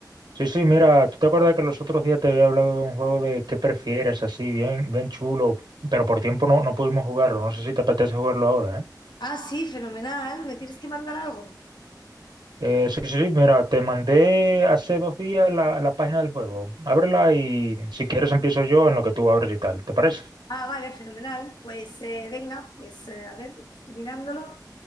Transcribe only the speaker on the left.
Ah, sí, fenomenal. ¿Me tienes que mandar algo?
Ah, vale, fenomenal. Pues eh, venga, pues eh, a ver, estoy mirándolo.